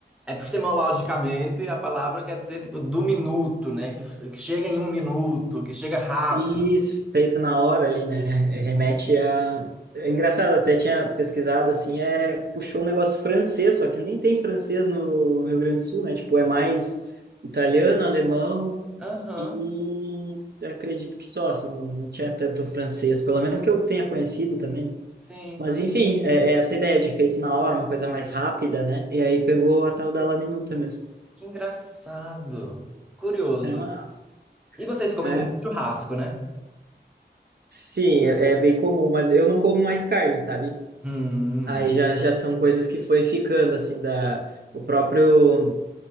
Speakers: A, in the centre; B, on the right.
A: epistemologicamente, a palavra quer dizer tipo do minuto, né? Que, que chega em um minuto, que chega rápido.
B: Isso, feito na hora ali, né? Remete a. É engraçado, até tinha pesquisado assim, é... puxou um negócio francês, só que nem tem francês no, no Rio Grande do Sul, né? Tipo, é mais italiano, alemão
A: Aham,
B: e acredito que só, assim, não, não tinha tanto francês, pelo menos que eu tenha conhecido também. né?
A: sim.
B: Mas enfim, é, é essa ideia de feito na hora, uma coisa mais rápida, né? E aí pegou a tal da laminuta mesmo.
A: Que engraçado. Curioso.
B: É, mas...
A: E vocês comem
B: é,
A: muito churrasco, né?
B: Sim, é é bem comum, mas eu não como mais carne, sabe?
A: Hum,
B: Aí já, já são coisas que foi ficando, assim, da, o próprio